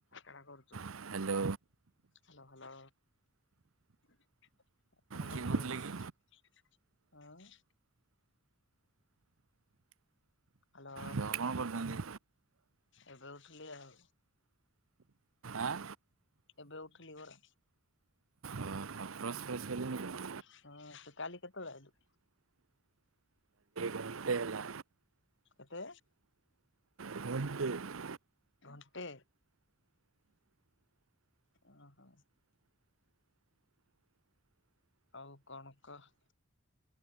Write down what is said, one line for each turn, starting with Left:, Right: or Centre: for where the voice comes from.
Left: କାଣା କରୁଚୁ?
Right: Hello
Left: hello, hello. କଣ
Right: କିଏ
Left: କରୁଚେ?
Right: କହୁଥିଲେ କି?
Left: ଆଁ, ହାଲୋ।
Right: ତ କଣ କରୁଛନ୍ତି?
Left: ଏବେ ଉଠଲି ଆଉ।
Right: ଆଁ
Left: ଏବେ ଉଠିଲି ପରା।
Right: ଓହୋ ବ୍ରସ୍ ପ୍ରସ <inaudible>
Left: ହଁ ତୁ କାଲି କେତେବେଳେ ଆଇଲୁ।
Right: ରାତି ହେଲା।
Left: କେତେ?
Right: <inaudible>
Left: ଘଣ୍ଟେ, ଓହୋ। ଆଉ କଣ କହ?